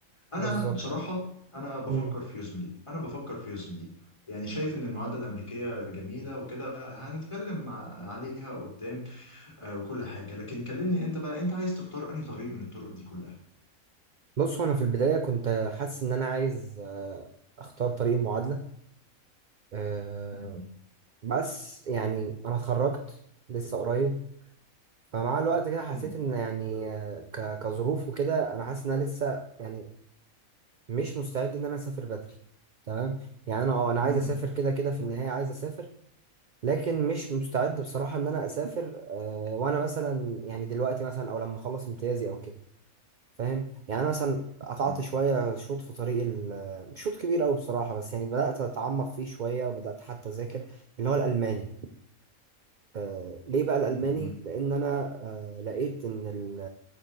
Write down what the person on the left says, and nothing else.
انا
بصراحه انا بفكر
في يزمني انا بفكر في يزمني يعني شايف ان المعادله الامريكيه جميله وكده هنتكلم مع- عليها قدام آه، وكل حاجة لكن كلمني انت بقى انت عايز تختار انهي طريق من الطرق دي كلها
مهم.
مم.
مهم.
مم.
مهم.